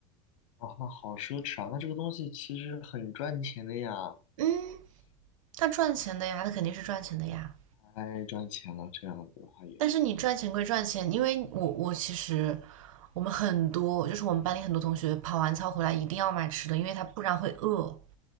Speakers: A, on the left; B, on the right.
A: 啊，那好奢侈啊，那这个东西其实很赚钱的呀，
B: 嗯，它赚钱的呀，它肯定是赚钱的呀。
A: 太赚钱了，这样子的话也，
B: 但是你赚钱归赚钱，因为我我其实我们很多就是我们班里很多同学跑完操回来一定要买吃的，因为他不然会饿。